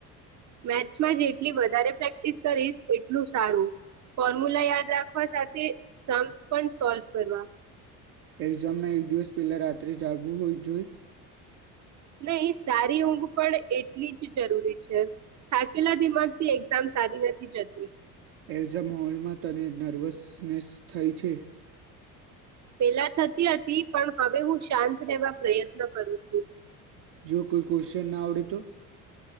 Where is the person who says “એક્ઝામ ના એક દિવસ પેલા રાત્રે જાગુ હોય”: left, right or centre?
Right